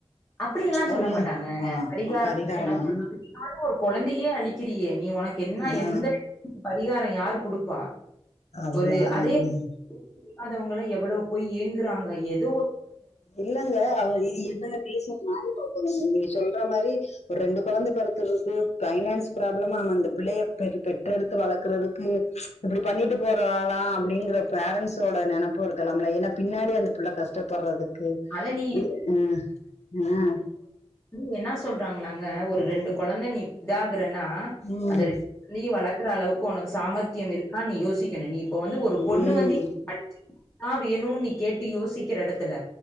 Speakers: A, on the left; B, on the left.
A: அப்டி எல்லா சொல்ல
B: ஒரு
A: மாட்டாங்க
B: ஆ
A: பரிகாரம்
B: பரிகாரமா?
A: <inaudible> என்ன சொல்றது நீங்க வந்து ஒரு கொழந்தையே அழிக்கிறீயே நீ உனக்கு என்னா
B: ஆ
A: எந்த பரிகாரோ யாரு குடுப்பா
B: அதுதா
A: ஒரு அதே
B: ம்
A: இல்லாதவங்கள்லா எவ்ளவு போய் ஏங்குறாங்க எது
B: இல்லங்க அவுங்க இ என்ன ரீசன்னா <inaudible> நீங்க சொல்ற மாரி ஒர் ரெண்டு கொழந்த பிறக்குறக்கு பைனான்ஸ் ப்ராப்ளமா நம்ம அந்த பிள்ளைய பெற் பெத்தெடுத்து வளக்குறதுக்கு இப்டி பண்ணிட்டு போறாளா அப்டிங்கிற பேரன்ட்ஸோட நெனப்பு இருக்கலாம்ல ஏனா பின்னாடி அந்த புள்ள கஷ் டப்படுறதுக்கு
A: அத நீ
B: எ ம் அ
A: அது என்ன சொல்றாங்ளாங்க ஒரு ரெண்டு கொழந்த நீ இதாகுறன்னா
B: ம்
A: அந்த ரெட் நீ வளக்குற அளவுக்கு உனக்கு சாமர்த்தியம் இருக்கான் நீ யோசிக்கணு நீ இப்போ வந்து ஒரு
B: ம்
A: பொண்ணு வந்து <inaudible> தா வேணு நீ கேட்டு யோசிக்கிற எடத்துல